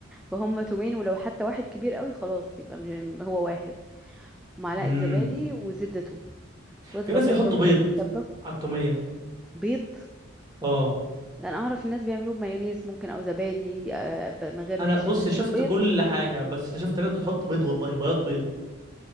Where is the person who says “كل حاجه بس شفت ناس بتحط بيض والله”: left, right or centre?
Right